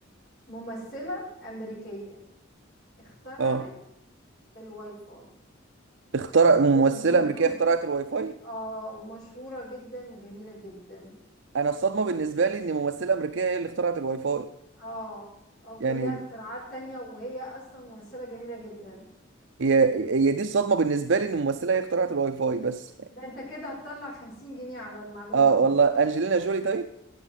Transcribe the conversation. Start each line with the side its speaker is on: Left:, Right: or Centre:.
Left: ممثلة أمريكية اخترعت
Right: اه
Left: الواي فاي
Right: اخترع ممثلة
Left: او البلوتوث
Right: أمريكية اخترعت الواي فاي
Left: اه ومشهورة جدا وجميلة جدا
Right: انا الصدمة بالنسبة لي ان ممثلة أمريكية هي اللي اخترعت الواي فاي
Left: اه او كان
Right: يعني
Left: ليها اختراعات تانية وهي اصلا ممثلة جميلة جدا
Right: هي هي دي الصدمة بالنسبة لي ان ممثلة هي اخترعت الواي فاي بس
Left: ده انت كده هتطلع خمسين جنيه على المعلومة
Right: اه
Left: دي
Right: والله انجلينا جولي طيب